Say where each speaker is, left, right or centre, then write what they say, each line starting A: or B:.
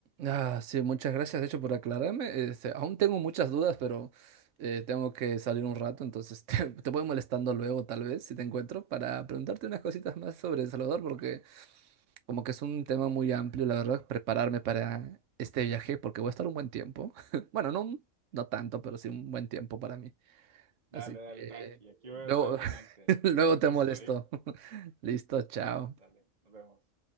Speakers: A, on the right (about 70°); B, on the right (about 30°).
A: Ah, sí, muchas gracias, de hecho, por aclararme. Este, aún tengo muchas dudas, pero eh, tengo que salir un rato, entonces <laughs> te, te voy molestando luego, tal vez, si te encuentro, para preguntarte unas cositas más sobre El Salvador, porque como que es un tema muy amplio, la verdad, prepararme para este viaje, porque voy a estar un buen tiempo. <laughs> Bueno, no, un- no tanto, pero sí un buen tiempo para mí.
B: Dale,
A: Así
B: dale,
A: que
B: tranqui. Aquí voy a
A: luego,
B: estar pendiente.
A: <laughs> luego
B: Un
A: te
B: gusto,
A: molesto.
B: ¿eh?
A: <laughs> Listo, chao.
B: Dale, nos vemos.